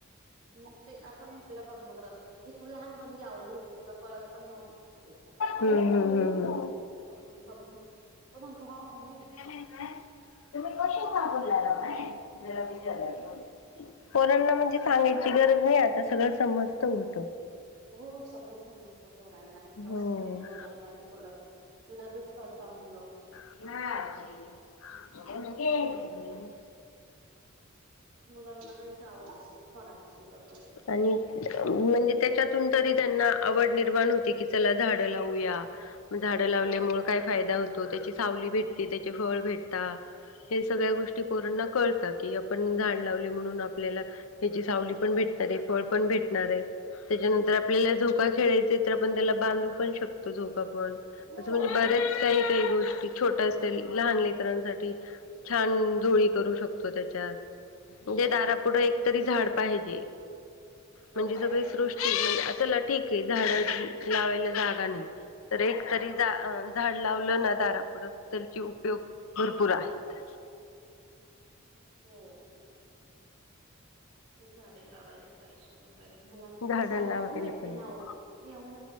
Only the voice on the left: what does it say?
हम्म हम्म हम्म.
<unintelligible> तुम्ही कशा का बोललालाय जला विचार बला परांना म्हणजे सांगायची गरज नाही आता सगळं समजत उलतो
हो.
हा
आणि म्हणजे त्याच्यातून तरी त्यांना आवड निर्माण होती की चला झाड लावूया झाडं लावल्यामुळे
काय फायदा होतो त्याची सावली भेटती त्याचे फळ भेटत हे सगळ्या
गोष्टी पोरांना कळतात की आपण झाड लावले म्हणून आपल्याला ह्याची सावली
पण भेटणार आहे फळ पण भेटणार आहे त्याच्यानंतर आपल्याला झोका खेळायचा तर आपण त्याला बांधू पण शकतो झोका पण
असं म्हणजे बऱ्याच
काही काही गोष्टी छोट्या लहान लेकरसाठी छानोळी करू शकतो त्याच्या द
झाड पाजे
म्हणजे
सग सृष्टलाठीक झाड ला जागा एक त झा लावलं ना दारापुडं त्याची उपयोग भरपूर आहेत
झाडं
लावायला
पाहिजे